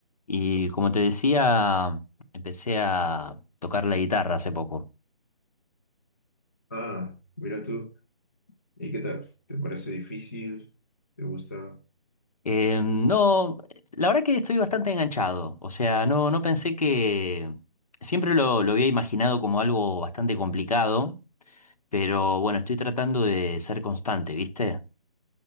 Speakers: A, on the left; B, on the left.
A: Y como te decía, empecé a tocar la guitarra hace poco.
B: Ah, mira tú. ¿Y qué tal? ¿Te parece difícil? ¿Te gusta?
A: Eh, no, la verdad que estoy bastante enganchado. O sea, no, no pensé que... Siempre lo, lo había imaginado como algo bastante complicado, pero bueno, estoy tratando de ser constante, ¿viste?